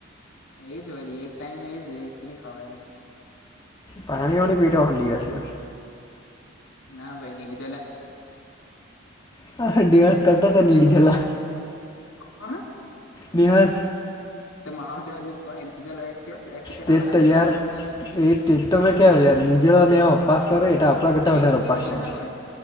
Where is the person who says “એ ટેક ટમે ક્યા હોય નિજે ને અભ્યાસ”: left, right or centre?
Left